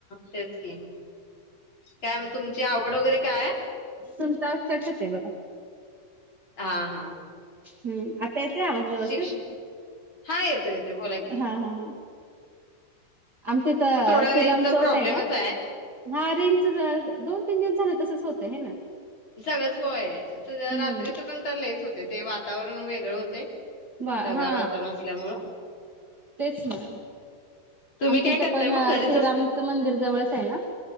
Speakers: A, on the left; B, on the right.
A: तेच की. काय मग तुमची आवड वगैरे काय.
B: तुमचा असच कटते बघा. <inaudible>
A: हा हा.
B: हम्म आता येत आहे आवाज व्यवस्थित.
A: शिक्षण हा येतो येतो बोला की
B: हा हा हा. आमच्या इथे
A: ते थोडा
B: श्रीराम
A: रेंजचा
B: चौक
A: प्रॉब्लेमच
B: आहे ना हा रेंच जरा रोज. दोन तीन दिवस झालं तसच होतंय हाय ना.
A: सगळंच होय स
B: हम्म
A: रात्रीचं पण तर लईच होते ते वातावरण वेगळं होते.
B: वा
A: ढगाळ
B: हा
A: वातावरण असल्यामूळ.
B: तेच ना.
A: तुम्ही
B: आमच्या
A: काय
B: इथं
A: करताय
B: पण
A: मग घरीच
B: श्रीरामचं
A: असते
B: मंदिर जवळच आहे ना.